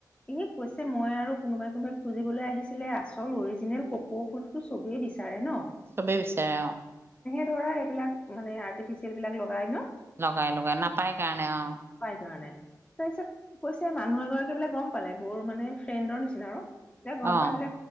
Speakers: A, on the left; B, on the right.
A: এ কৈছে মই আৰু কোনোবাই কোনোবাই খুজিবলৈ আহিছিলে আচল অৰিজিনেল কপৌ ফুলটো চব চবেই বিচাৰে নহ।
B: চবেই বিচাৰে অহ।
A: ধৰা এইবিলাক মানে আৰ্টিফিচিয়েল বিলাক লগাই নহ।
B: লগাই, লগায়। নাপায় কাৰণে অহ।
A: সেই কাৰণে। তাৰ পিছত কৈছে মানুহ এগৰাকী বোলে গম পালে বৌৰ মানে ফ্ৰেণ্ডৰ নিচিনা আৰু। এ গম
B: অ
A: পাই বোলে